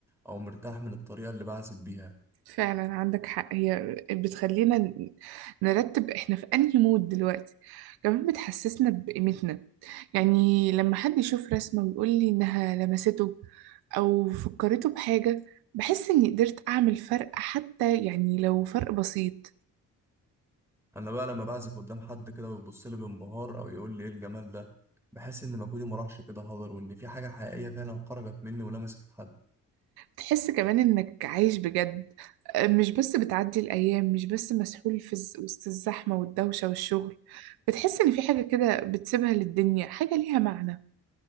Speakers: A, in the centre; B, on the right (about 50°).
A: او مرتاح من الطريقة اللي بعزف بيها
B: فعلا عندك حق هي بتخلينا ن- نرتب احنا في انهي مود دلوقتي كمان بتحسسنا بقيمتنا يعني لما حد يشوف رسمة ويقول لي انها لمسته او فكرته بحاجة بحس اني قدرت اعمل فرق حتى يعني لو فرق بسيط
A: انا بقى لما بعزف قدام حد كده ويبص لي بانبهار او يقول لي ايه الجمال ده بحس ان مجهودي ما راحش كده هدر وان في حاجه حقيقيه فعلا خرجت مني ولمست حد
B: تحس كمان انك عايش بجد أه، مش بس بتعدي الايام مش بس مسحول في الز- وسط الزحمة والدوشة والشغل بتحس ان في حاجة كده بتسيبها للدنيا حاجة ليها معنى